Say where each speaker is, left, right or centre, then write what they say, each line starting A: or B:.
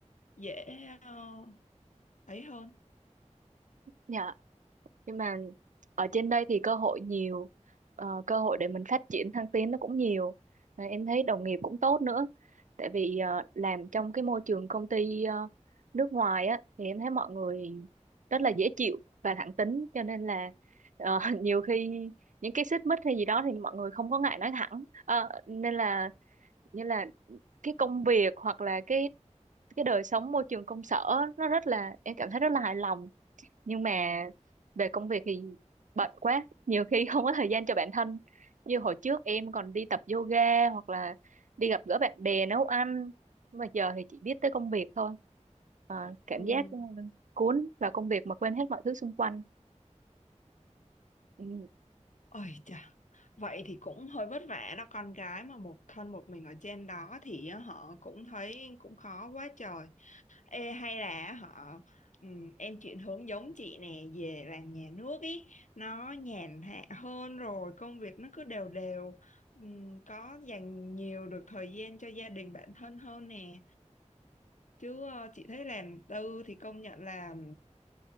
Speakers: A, on the left; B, on the right.
A: dễ ờ, ấy hơn
B: dạ nhưng mà ở trên đây thì cơ hội nhiều ờ, cơ hội để mình phát triển thăng tiến nó cũng nhiều Và em thấy đồng nghiệp cũng tốt nữa tại vì ờ, làm trong cái môi trường công ty ờ, nước ngoài á thì em thấy mọi người rất là dễ chịu và thẳng tính cho nên là ờ, <laughs> nhiều khi những cái xích mích hay gì đó thì mọi người không có ngại nói thẳng Ờ, nên là như là cái công việc hoặc là cái cái đời sống môi trường công sở nó rất là em cảm thấy rất là hài lòng nhưng mà về công việc thì bận quá nhiều khi <laughs> không có thời gian cho bản thân như hồi trước em còn đi tập yoga hoặc là đi gặp gỡ bạn bè nấu ăn Nhưng mà giờ thì chỉ biết tới công việc thôi Ờ, cảm
A: Ừ.
B: giác ừ, cuốn vào công việc mà quên hết mọi thứ xung quanh Ừ.
A: ôi chà vậy thì cũng hơi vất vả đó con gái mà một thân một mình ở trên đó thì ờ, họ cũng thấy cũng khó quá trời ê hay là họ ừm, em chuyển hướng giống chị nè về làm nhà nước ý nó nhàn hạ hơn rồi công việc nó cứ đều đều Ừm, có dành nhiều được thời gian cho gia đình bản thân hơn nè Chứ ờ, chị thấy làm tư thì công nhận là